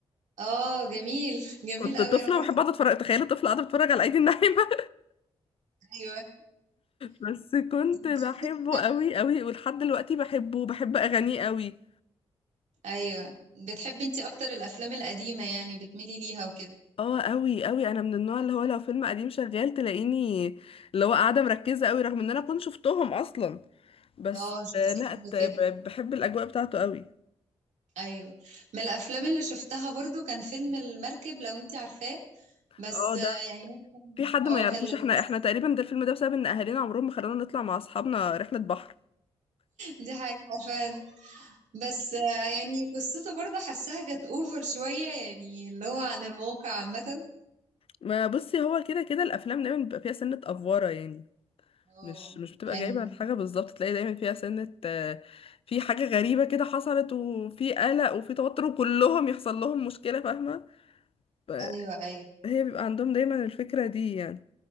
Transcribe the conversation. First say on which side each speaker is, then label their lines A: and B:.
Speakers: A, on the right; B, on the left.
A: اه جميل جميل
B: كنت
A: قوي
B: طفلة
A: انا برضه
B: وبحب أقعد أتفرج تخيل طفلة قاعدة بتتفرج على الأيدي الناعمة
A: ايوه
B: بس كنت بحبه
A: بتحبي- لا،
B: قوي قوي ولحد دلوقتي بحبه بحب اغانيه قوي
A: ايوه بتحبي انت اكتر الافلام القديمه يعني بتميلي ليها وكده
B: اه قوي قوي انا من النوع اللي هو لو فيلم قديم شغال تلاقيني اللي هو قاعده مركزه قوي رغم ان انا كنت شفتهم اصلا بس
A: اه شفتيها
B: آه، لا
A: قبل
B: ت- ب-
A: كده
B: بحب الاجواء بتاعته قوي
A: ايوه من الافلام اللي شفتها برضو كان فيلم المركب لو انت عارفاه بس
B: اه ده
A: آه، يعني ممكن
B: في حد
A: اه
B: ما يعرفوش
A: كان لذيذ
B: احنا احنا تقريبا ده الفيلم ده بسبب ان اهالينا عمرهم ما خلونا نطلع مع اصحابنا رحله بحر
A: دي حقيقة فعلًا، بس آآ يعني قصته برضه حاسّاها كانت over شوية يعني اللي هو عن الموقع عامةً.
B: ما بصي هو كده كده الافلام دايما بيبقى فيها سنه افواره يعني
A: آه،
B: مش مش بتبقى
A: أيوه،
B: جايبة الحاجة بالظبط تلاقي دايما فيها سنة آه، في حاجة غريبة كده حصلت وفي قلق وفي توتر وكلهم يحصل لهم مشكلة فاهمة فهي
A: أيوه، أيوه،
B: بيبقى عندهم دايما الفكرة دي يعني